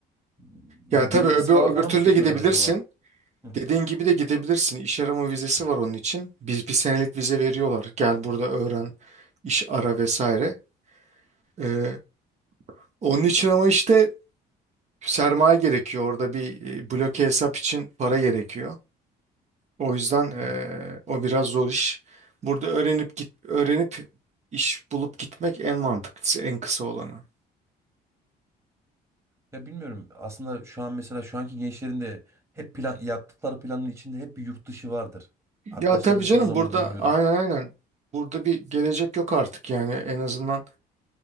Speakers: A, on the right; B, on the right.
A: Hmm, Yani
B: Ya tabii
A: belli
B: öbür,
A: bir sınava
B: öbür
A: falan
B: türlü
A: mı sokuyorlar
B: de gidebilirsin.
A: acaba? Hı hı.
B: Dediğin gibi de gidebilirsin. İş arama vizesi var onun için. Biz bir senelik vize veriyorlar. Gel burada öğren, iş ara vesaire. Ee, onun için ama işte sermaye gerekiyor. Orada bir e, bloke hesap için para gerekiyor. O yüzden eee,
A: Hmm.
B: o biraz zor iş. Burada öğrenip git öğrenip iş bulup gitmek en mantıklısı, en kısa olanı.
A: Ya bilmiyorum. Aslında şu an mesela şu anki gençlerin de hep plan yaptıkları planın içinde hep bir yurt dışı vardır.
B: Ya
A: Arkadaşlarım
B: tabii
A: çoğu
B: canım
A: zaman
B: burada
A: dinliyorum.
B: aynen aynen. Burada bir gelecek yok artık yani en azından